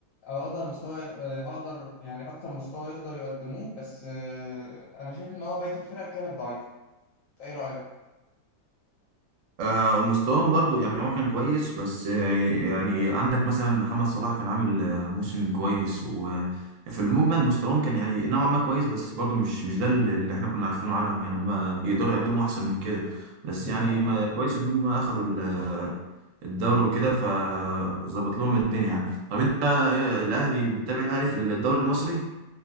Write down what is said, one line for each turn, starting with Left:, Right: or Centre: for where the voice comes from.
Left: او اقدر مستوى آه، اقدر يعني اكتر مستوى يقدر يقدموه بس آه، انا شايف ان هو بقيه الفرق كانت ضعيفه ايه رايك
Right: آه آه، مستواهم برضو يعني هو كان كويس بس آه يعني عندك مثلا محمد صلاح كان عامل آه موسم كويس وفي المجمل مستواهم كان يعني نوعا ما كويس بس برضو مش مش ده اللي اللي احنا كنا عارفينه عنهم يعني هم يقدروا يقدموا احسن من كده بس
Left: بالظبط
Right: يعني ما كويس ان هم اخدوا ال- الدوري وكده فظبط لهم الدنيا يعني طب انت آه، الاهلي بتتابع الاهلي في الدوري المصري؟